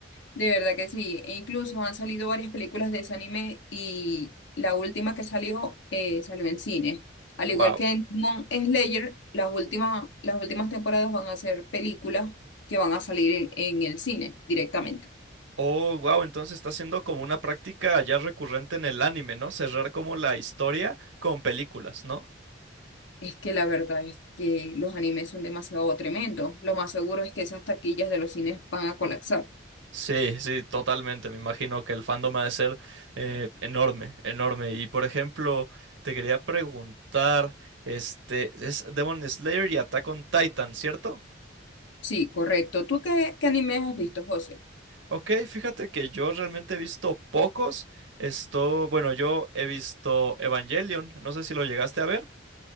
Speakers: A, on the left; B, on the right.
A: De verdad que sí. E incluso han salido varias películas de ese anime y la última que salió eh, salió en cine. Al igual
B: Wow.
A: que en Demon Slayer, las últimas, las últimas temporadas van a ser películas que van a salir en, en el cine directamente.
B: Oh, wow, entonces está siendo como una práctica ya recurrente en el anime, ¿no? Cerrar como la historia con películas, ¿no?
A: Es que la verdad es que los animes son demasiado tremendos. Lo más seguro es que esas taquillas de los cines van a colapsar.
B: Sí, sí, totalmente. Me imagino que el fandom ha de ser eh, enorme, enorme. Y por ejemplo, te quería preguntar, este, es Demon Slayer y Attack on Titan, ¿cierto?
A: Sí, correcto. ¿Tú qué, qué animes has visto, José?
B: Ok, fíjate que yo realmente he visto pocos. Esto, bueno, yo he visto Evangelion, no sé si lo llegaste a ver.